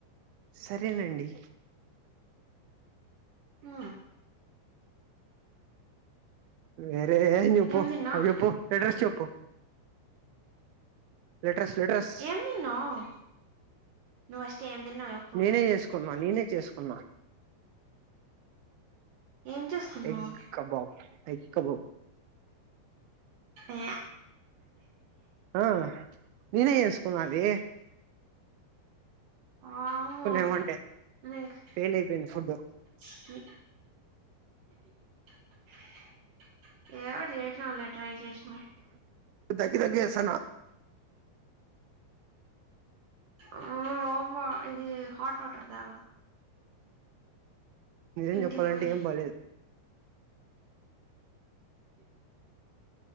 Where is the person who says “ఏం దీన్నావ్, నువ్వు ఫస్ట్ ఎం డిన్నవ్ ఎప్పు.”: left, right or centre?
Right